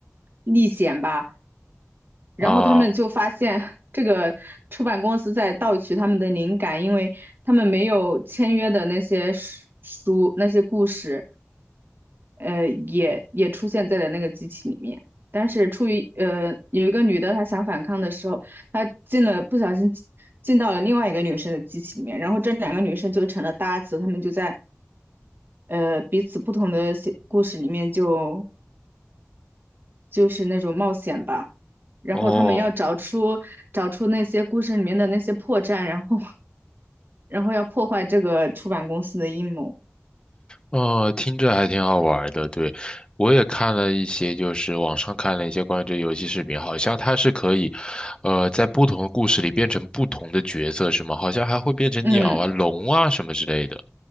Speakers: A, on the right; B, on the left.
A: 历险吧。然后他们就发现
B: 啊，
A: <laughs> 这个出版公司在盗取他们的灵感，因为他们没有签约的那些书书那些故事，呃，也也出现在了那个机器里面。但是出于呃有一个女的她想反抗的时候，她进了不小心进进到了另外一个女生的机器里面，然后这两个女生就成了搭子，他们就在呃彼此不同的写故事里面就就是那种冒险吧。然后他们要找出找出那些故事里面的那些破绽，
B: 哦，
A: 然后然后要破坏这个出版公司的阴谋。
B: 呃，听着还挺好玩儿的，对，我也看了一些，就是网上看了一些关于这个游戏视频，好像它是可以，呃，在不同的故事里变成不同的角色，是吗？好像还会变成鸟啊、
A: 嗯
B: 龙啊什么之类的。